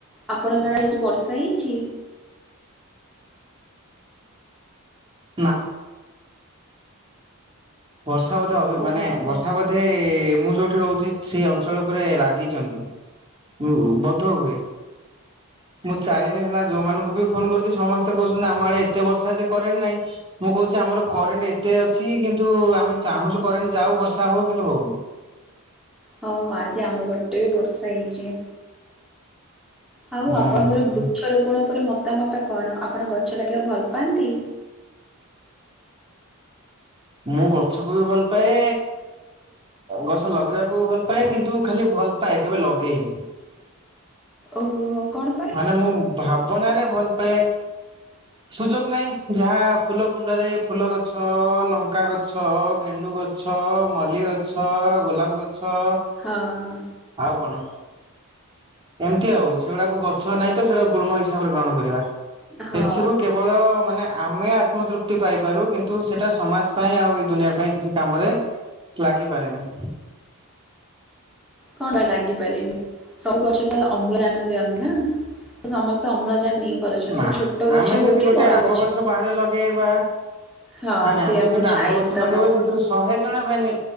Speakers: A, in the centre; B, on the right.
A: ଆପଣଙ୍କ ଆଡ଼େ ଆଜି ବର୍ଷା ହେଇଛି?
B: ନାଁ। ବର୍ଷା ବୋଧେ ଅଭି
A: ଓହୋ
B: ମାନେ
A: ହୋ।
B: ବର୍ଷା ବୋଧେ ମୁଁ ଯୋଉଠି ରହୁଚି ସେଇ ଅଞ୍ଚଳ ଓପରେ ରାଗିଚନ୍ତି। ଉ ବଧହୁଏ। ମୁଁ ଚାରି ଦିନ ହେଲା ଯୋଉମାନଙ୍କୁ ବି ଫୋନ୍ କରୁଚି ସମସ୍ତେ କହୁଛନ୍ତି ଆମ ଆଡ଼େ ଏତେ ବର୍ଷା ଯେ କରେଣ୍ଟ୍ ନାଇଁ। ମୁଁ କହୁଚି ଆମର କରେଣ୍ଟ ଏତେ ଅଛି କିନ୍ତୁ ଆମେ ଚାହୁଁଚୁ କରେଣ୍ଟ ଯାଉ ବର୍ଷା ହଉ କିନ୍ତୁ ହଉନି।
A: ହଁ ହଁ ଆଜି ଆମ ପଟେ ବି ବର୍ଷା ହେଇଚି। ଆଉ
B: ହୁଁ
A: ଆପଣଙ୍କର
B: ହୁଁ ହୁଁ
A: ବୃକ୍ଷ
B: ହୁଁ
A: ରୋପଣ ଉପରେ ମତାମତ କଣ? ଆପଣ ଗଛ ଲଗେଇଆଉ ଭଲ ପାଆନ୍ତି?
B: ମୁଁ ଗଛକୁ ବି ଭଲ ପାଏ ଗଛ ଲଗେଇବାକୁ ବି ଭଲ ପାଏ କିନ୍ତୁ ଖାଲି ଭଲ୍ ପାଏ କେବେ ଲଗେଇନି।
A: ଓହୋ ହୋ କଣ ପା
B: ମାନେ ମୁଁ ଭାବନାରେ ଭଲ ପାଏ।
A: ହ <inaudible>
B: ସୁଯୋଗ ନାଇଁ ଯାହା ଫୁଲ କୁଣ୍ଡରେ ଫୁଲ, ଗଛ ଲଙ୍କା ଗଛ, ଗେଣ୍ଡୁ ଗ ଛ ମଲ୍ଲି ଗଛ, ଗୋଲାପ ଗଛ
A: ହଁ।
B: ଆଉ କଣ ଏମତି ଆଉ ସେଉଡ଼ାକୁ ଗ ଛ ନାଇଁ ତ ସେଡ଼ାକୁ ଗୁଳ୍ମ ହିସାବରେ ଗ୍ରହଣ କରିବା
A: ହଁ
B: ଏଥିରୁ କେ ବଳ ମାନେ ଆମେ ଆତ୍ମତୃପ୍ତି ପାଇପାରୁ କିନ୍ତୁ ସେଟା ସମାଜ ପାଇଁ ଆଉ ଏଇ ଦୁନିଆ ପାଇଁ କିଛି କାମରେ ଲାଗିପାରେନି।
A: କଣ ପାଇଁ ଲାଗିପାରନି, ସବୁ ଗଛ ତ ଅମ୍ଳଜାନ ଦିଅନ୍ତି ନାଁ? ସମସ୍ତେ ଅମ୍ଳଜାନ ନେଇ
B: ନାଁ
A: ଛୋଟ ଗଛ
B: ଆମେ
A: ହଉ
B: ଯଦି
A: କି
B: ଗୋଟେ
A: ବଡ
B: ଆମ୍ବ ଗଛ
A: ହଉ।
B: ବାହାରେ ଲଗେଇବା ନାଁ
A: ହଁ
B: ନାଇଁ
A: ସିଏ
B: ଆମେ
A: ଆମକୁ
B: ଯଦି ଗୋଟେ
A: ଛାଇ
B: ଆମ୍ବ ଗଛ
A: ଦବ।
B: ଲଗେଇବା ସେଇଥିରୁ ଶହେ ଜଣ ବେନି